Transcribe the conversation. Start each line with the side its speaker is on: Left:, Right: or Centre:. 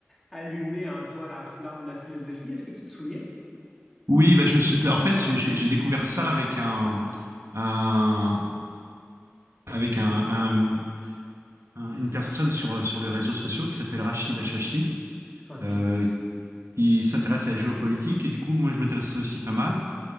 Centre: allumé en toi la flamme de la philosophie? Est-ce que tu te souviens?
Right: Oui, bah, je me suis- bah, en fait, j'ai j'ai- j'ai découvert ça avec un, un- avec un, un- un- une personne sur, sur les réseaux sociaux qui s'appelle Rachid Achachi,
Centre: OK,
Right: euh, qui s'intéresse à la géopolitique. Et du coup, moi, je m'intéressais aussi pas mal.